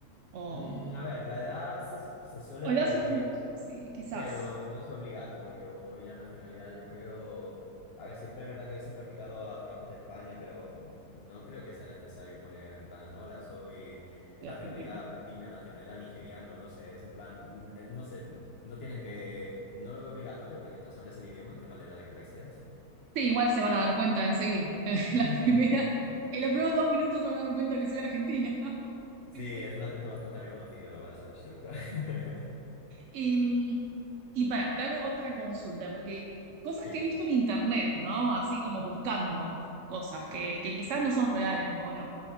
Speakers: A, on the right; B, on the left.
A: O,
B: Mm, a ver, la edad se, se suele
A: o edad
B: poner.
A: supongo, sí, quizás,
B: Pero no es obligatorio y la nacionalidad, yo creo, a ver, siempre es verdad que yo siempre he aplicado a trabajos de España, pero n- no creo que sea necesario poner en plan, hola, soy
A: de
B: nacionalidad
A: Argentina.
B: argentina, nacionalidad nigeriano, no sé, es en plan, n- no sé, no tienen que, no lo veo obligatorio porque mientras hables el idioma, qué más le da de qué país seas.
A: Sí, igual se van a dar cuenta enseguida. <laughs> En
B: <laughs>
A: La primera, en los primeros dos minutos se van a dar cuenta que soy argentina. <laughs>
B: Sí,
A: Así que-
B: es un acento bastante reconocido, lo van a saber seguro. <laughs>
A: Y, y para, te hago otra consulta, porque cosas
B: Sí,
A: que he visto en internet, ¿no? Así como buscando cosas que, que quizás no son reales o no.